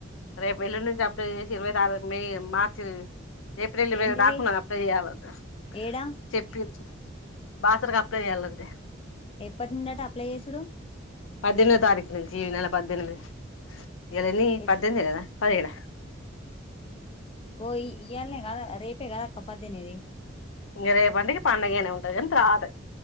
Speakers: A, on the left; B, on the left.
A: రేపు ఎల్లుండి నుంచి అప్లై చేసి ఇరవై తారీఖు మే మార్చి ఏప్రిల్ ఇరవై
B: ఏంటిది
A: ఐదు దాక ఉన్నద్ అప్లై చెయ్యాలంటా.
B: ఏడా
A: చెప్పిర్ బాసరకు అప్లై చేయాలంటే.
B: ఎప్పటి నుండట అప్లై చేశుడు.
A: పద్దెనిమిదో తారీఖు నుంచీ. ఈ నెల పద్దెనిమిది. ఇయ్యాల ఎన్ని
B: ఎట్
A: పద్దెనినిమిదే కదా పదిగేడ
B: ఓ ఇ ఇయ్యాలనే కాదా రేపే కాదక్క పడ్డెనిమిది
A: ఇంగ రేపుంటే పండగనే ఉంటుంది అని రాదు